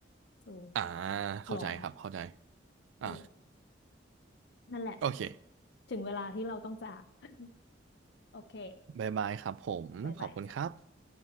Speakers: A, on the left; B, on the right.
A: เออ
B: อ่าเข้าใจครับเข้าใจ
A: ร้อนอ่ะเออ
B: อ่า
A: นั่นแหละ
B: โอเค
A: ถึงเวลาที่เราต้องจาก <laughs> โอเค
B: บ๊ายบายครับผมขอบคุณครับ
A: บายบายจ้ะ